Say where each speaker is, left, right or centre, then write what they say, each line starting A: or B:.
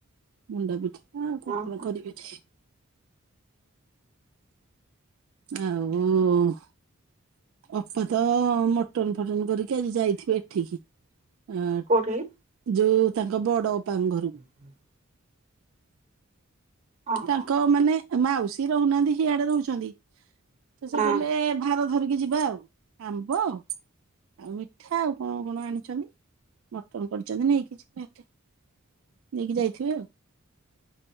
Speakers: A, on the right; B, on the right.
A: ମଣ୍ଡା ପିଠା ଆଉ କଣ
B: ହଁ
A: କଣ
B: ହଁ
A: କରିବେ ଯେ। ଆଉ ଉ, ଅପା ତ ମଟନ୍ ଫଟନ କରିକି ଆଜି ଯାଇଥିବେ ଏଠିକି ଅଁ,
B: କୋଉଠିକି?
A: ଯେ ତାଙ୍କ ବଡ ଅପାଙ୍କ ଘର।
B: ହୁଁ। ହଁ
A: ତାଙ୍କ
B: ହଁ
A: ମାନେ ମାଉସୀ ରହୁନାହାନ୍ତି ସିଆଡେ ରହୁଛନ୍ତି। ତ ସେ
B: ହଁ
A: ଗଲେ ଭା ତ ଧରିକି ଯିବା ଆଉ ଆମ୍ବ ଆଉ ମିଠା ଆଉ କଣ କଣ ଆଣିଛନ୍ତି ମଟନ୍ କରିଚନ୍ତି ନେଇକି ଯିବେ ସେଠି। ନେଇକି ଯାଇଥିବେ ଆଉ।